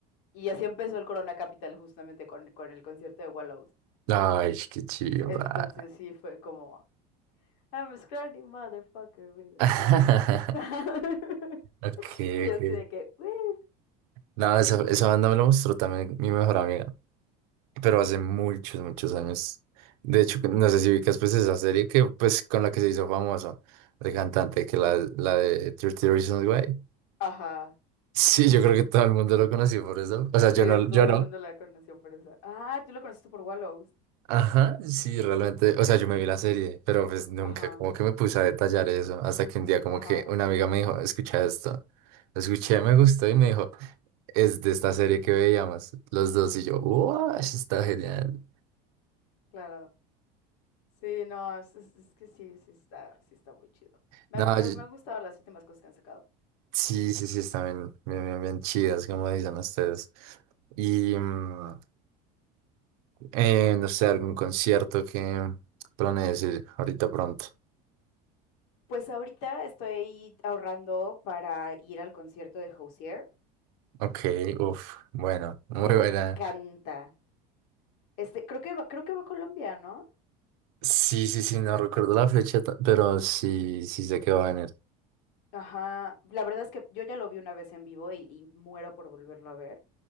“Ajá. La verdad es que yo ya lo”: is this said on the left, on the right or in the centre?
Left